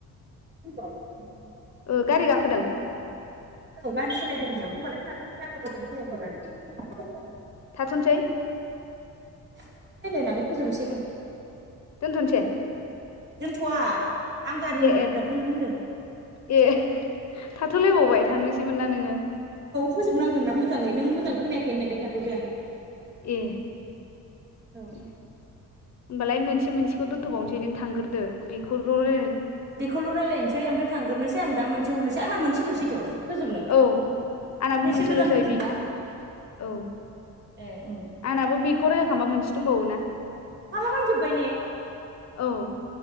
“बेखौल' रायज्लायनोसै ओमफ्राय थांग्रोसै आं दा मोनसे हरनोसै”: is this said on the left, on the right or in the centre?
Right